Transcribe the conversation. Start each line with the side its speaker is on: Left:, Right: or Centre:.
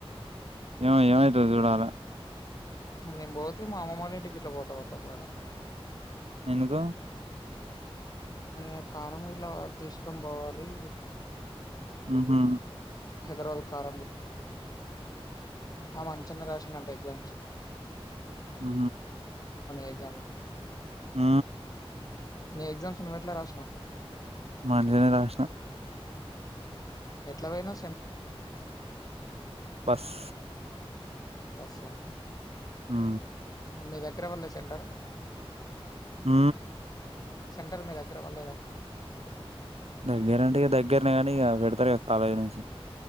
Right: ఎవ ఎవైతే చూడాల
Left: మేము పోతే మా అమ్మమ్ వాళ్ళంటిటిక ఇట్లా పోతా క చప్పవేళ
Right: ఎందుకు
Left: అ కారం ఇట్లా తీసుకొని పోవాలి
Right: ఆహా
Left: హైదరాబల్ కార ఆ మను చిన్న రాసినంట ఎగ్జామ్స్
Right: ఆ
Left: ఎగ్జామ్ లో
Right: ఆ
Left: నీ ఎగ్జామ్స్ నువ్వు ఎట్లా రాసినవు
Right: మజనే రాసిన
Left: ఎట్లా భయి ను
Right: బస్
Left: బస్
Right: ఆ
Left: మీ దగ్గర వెళ్ళే సెంటారు
Right: ఆ
Left: సెంటర్ మీద దగ్గరవ్వలేదా
Right: దగ్గర అండి ఇక దగ్గరనే కానీ ఇక పెడతారు కాలేజ్ నుంచి